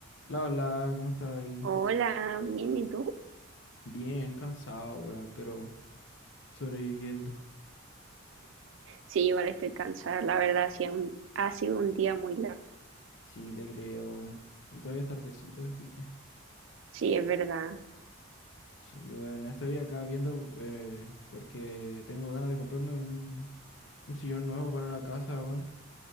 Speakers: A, on the left (about 60°); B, on the right (about 65°).
A: La hola, ¿cómo estás ahí?
B: Hola, bien, ¿y tú?
A: Bien, cansado, weón, pero sobreviviendo.
B: Sí, igual estoy cansada, la verdad, sí, un- ha sido un día muy largo.
A: Sí, te creo, weón. Y todavía es tardecito, así que.
B: Sí, es verdad.
A: Sí, weón, estoy acá viendo eh, porque tengo ganas de comprarme un, un sillón nuevo para la casa, weón.